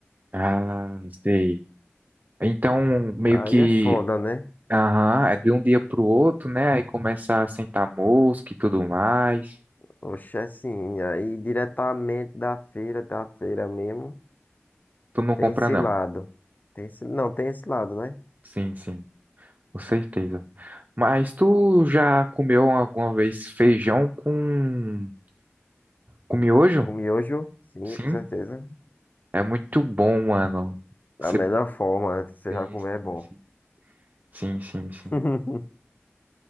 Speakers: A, on the right; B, on the left.
A: Ah, sei. Então, meio
B: Aí
A: que,
B: é foda, né?
A: aham, é de um dia pro outro, né? Aí começa a sentar mosca e tudo mais.
B: Oxe, é assim. Aí diretamente da feira, da feira mesmo,
A: Tu não
B: tem
A: compra,
B: esse
A: não.
B: lado. Tem esse, não, tem esse lado, né?
A: Sim, sim, com certeza. Mas tu já comeu alguma vez feijão com, com miojo?
B: O miojo, sim,
A: Sim,
B: com certeza.
A: é muito bom, mano.
B: Da
A: Você...
B: melhor forma, né? Você
A: Sim,
B: já comer
A: sim,
B: é bom.
A: sim. Sim, sim, sim.
B: <laughs>